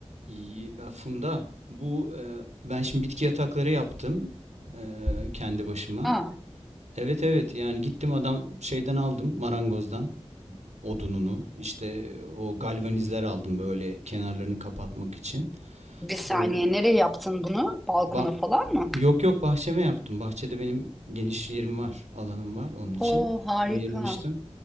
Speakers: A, on the right; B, in the centre.
A: İyi, e, Funda, bu e, ben şimdi bitki yatakları yaptım e, kendi başıma.
B: Aa,
A: Evet evet yani gittim adam şeyden aldım marangozdan odununu işte o galvanizler aldım böyle kenarlarını kapatmak için.
B: bir saniye
A: Ee,
B: nereye yaptın bunu? Balkona
A: Ba
B: falan mı?
A: yok yok bahçeme yaptım. Bahçede benim geniş yerim var, alanım var onun için.
B: Oo harika.
A: Ayırmıştım.